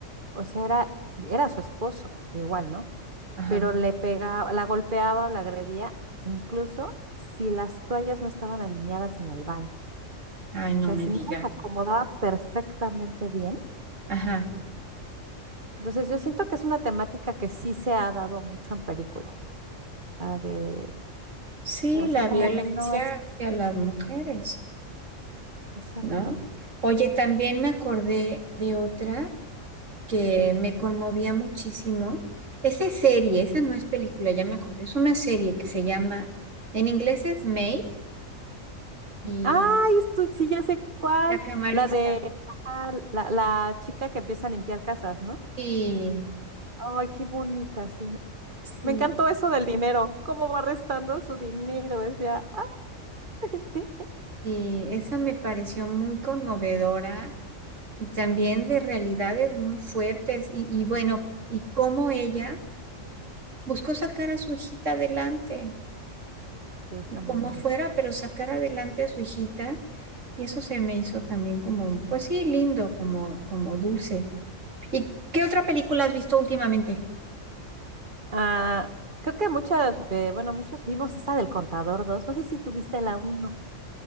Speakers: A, on the right; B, on the right.
A: o sea, era, era su esposo, igual, ¿no?
B: Ajá.
A: pero le pegaba, la golpeaba o la agredía, incluso si las toallas no estaban alineadas en el baño.
B: Ay, no
A: O sea,
B: me
A: si
B: digas.
A: no las acomodaba perfectamente bien.
B: Ajá.
A: Entonces, yo siento que es una temática que sí se ha dado mucho en películas. la de,
B: Sí,
A: o
B: la
A: sea, como
B: violencia
A: que no es
B: hacia las mujeres,
A: exacto.
B: ¿no? Oye, también me acordé de otra que me conmovía muchísimo. Esa es serie, esa no es película, ya me acordé, es una serie que se llama, en inglés es Maid y
A: Ay, esto, sí, ya sé cuál.
B: La Camarista.
A: La de ah, la, la chica que empieza a limpiar casas, ¿no?
B: Sí,
A: Ay, qué bonita, sí.
B: sí,
A: Me encantó eso del dinero, cómo va restando su dinero, o sea. <laughs>
B: y esa me pareció muy conmovedora y también de realidades muy fuertes y, y bueno, y cómo ella buscó sacar a su hijita adelante.
A: Sí, está
B: como
A: muy bonita.
B: fuera, pero sacar adelante a su hijita. Y eso se me hizo también como, pues sí, lindo, como, como dulce. ¿Y qué otra película has visto últimamente?
A: Ah, creo que muchas, eh, bueno, muchos vimos esa del Contador dos. No sé si tuviste la uno.